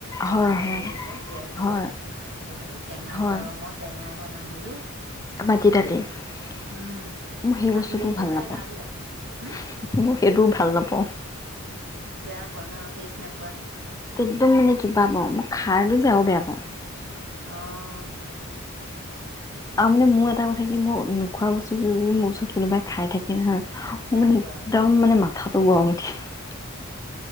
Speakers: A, on the right (about 55°); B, on the left (about 15°).
A: বনাব
B: হয় হয়
A: লাগিব যে তিয়াই থুললে
B: হয়
A: ভাল হ'ব আৰু টেঙা
B: হয়
A: গৰমত টেঙাই বন নাম বোলো।
B: মাটি দালি মোৰ
A: উম
B: সেই
A: মাটি
B: বস্তুটো
A: দালিটো
B: ভাল
A: খাই
B: নাপাওঁ
A: লাগে হম
B: মোৰ সেইটো ভাল নাপাওঁ।
A: বেয়া ন' তাষ্টেন
B: একদম মানে কিবা পাওঁ মই খা পাৰটো যাওঁ বেয়া পাওঁ।
A: অহ।
B: আৰু মানে মোৰ এটা কথা কি মই নোখোৱা বস্তু যদি মোৰ ওচৰত কোনোবাই খাই থাকে নহয়।
A: বেয়া
B: মোৰ মানে
A: পোৱা
B: একদম মানে মাথাত <unintelligible>